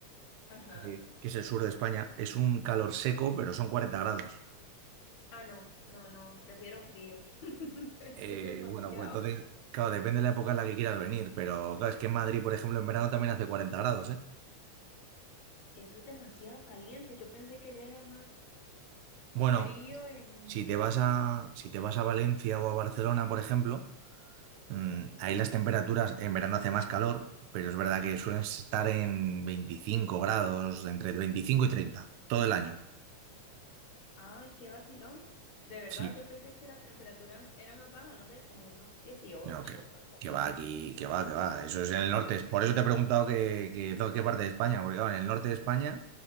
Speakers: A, on the left; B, on the right.
A: Ajá.
B: eh, que es el sur de España, es un calor seco, pero son 40 grados.
A: Ah, no, no, no, prefiero frío. <laughs> Eso
B: Eh,
A: es demasiado,
B: bueno, pues entonces, claro, depende de la época en la que quieras venir, pero claro, es que en Madrid, por ejemplo, en verano también hace 40 grados, ¿eh?
A: eso es demasiado caliente. Yo pensé que ya era más
B: Bueno,
A: frío en
B: Si
A: verano.
B: te vas a, si te vas a Valencia o a Barcelona, por ejemplo, mm, ahí las temperaturas en verano hace más calor, pero es verdad que suelen estar en 25 grados, entre 25 y 30, todo el año.
A: Ay, qué vacilón. De verdad,
B: Sí,
A: yo pensé que la temperatura era más baja, no sé, como unos dieciocho
B: no, que,
A: o algo así.
B: que va aquí, que va, que va. Eso es en el norte. Por eso te he preguntado que, que- to- qué parte de España, porque claro, en el norte de España